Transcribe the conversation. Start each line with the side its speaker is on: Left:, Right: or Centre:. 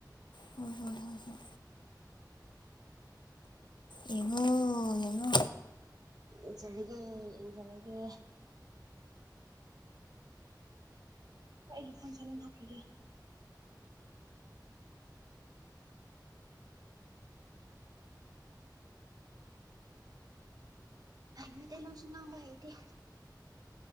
Left: ꯍꯣꯏ ꯍꯣꯏ ꯍꯣꯏ ꯍꯣꯏ ꯌꯦꯉꯣ ꯌꯦꯉꯣ
Right: ꯌꯦꯡꯖꯔꯒꯦ ꯌꯦꯡꯖꯔꯒꯦ ꯑꯩ ꯑꯩꯒꯤ ꯐꯣꯟ ꯆꯠꯂꯅ ꯍꯥꯞꯄꯤꯒꯦ ꯍꯥꯏ ꯇ ꯂꯣꯟꯁꯨ ꯉꯕꯥꯏꯗꯤꯦ